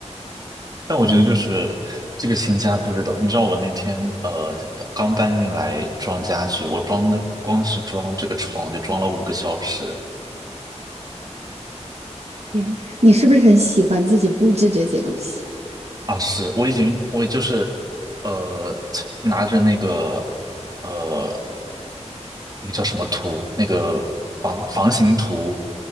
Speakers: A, on the right; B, on the right.
A: 但我觉得就是这个新家布置的，
B: 嗯，
A: 你知道我那天呃刚搬进来装家具，我装的光是装这个床就装了五个小时
B: 也，你是不是很喜欢自己布置这些东西？
A: 啊！是我已经我就是呃从拿着那个。呃。那个叫什么图，那个房房型图，